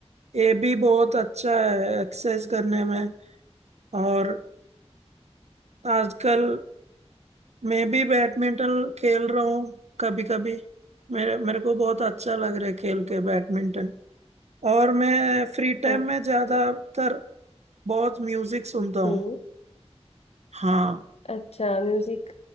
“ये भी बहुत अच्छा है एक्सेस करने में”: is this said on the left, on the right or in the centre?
Right